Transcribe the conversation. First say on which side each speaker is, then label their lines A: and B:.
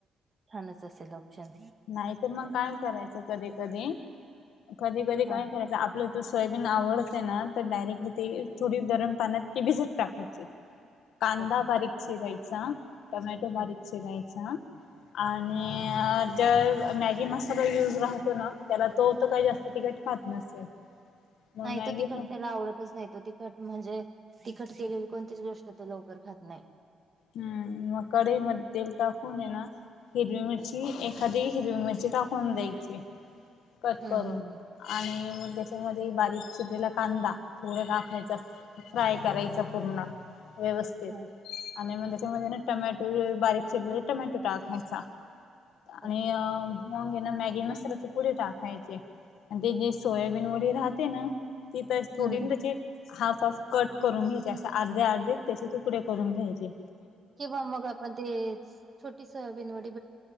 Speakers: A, on the right; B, on the left.
A: छानच असेल. ऑप्शन
B: नाही तर मग काय करायचं कधी कधी कधी कधी
A: हा
B: काय करायचं आपलं तू सोयाबीन आवडते ना तर डायरेक्ट ते थोडी गरम पाण्यात ती भिजत टाकायची. कांदा
A: ओके
B: बारीक चिरायचा, टमॅटो
A: हा
B: बारीक चिरायचा. आणि
A: हा
B: जर मॅगी मसाला यूज राहतो ना त्याला तो तर काही जास्त तिकट खात नसेल. मग
A: नाही
B: मॅगी
A: तो तिखट त्याला आवडतच नाही तो तिखट म्हणजे तिखट केलेली कोणतीच गोष्ट तर लवकर खात नाही.
B: हम्म मग कढई मध्ये तेल टाकून ये ना हिरवी मिरची एखादी हिरवी मिरची टाकून द्यायची. कट
A: हम्म
B: करून
A: हम्म
B: आणि त्याच्यामध्ये बारीक चिरीला कांदा थोडा टाकायचा. फ्राय करायचा पूर्ण. व्यवस्थित
A: हम्म
B: आणि मग त्याच्यामध्ये ना टमॅटो बारीक चिरलेले टमॅटो टाकायचा. आणि
A: ओके
B: अ मगे ना मॅगी मसाल्याचे पुढी टाकायचे. ते जी सोयाबीन वडी राहते ना त तर थोडी
A: हम्म
B: नचेे हाफ हाफ कट करून घ्यायचे. असा अर्ध्या अर्धे त्याचे तुकडे करून घ्यायचे.
A: किंवा मग आपण ते छोटी सोयाबीन वाडी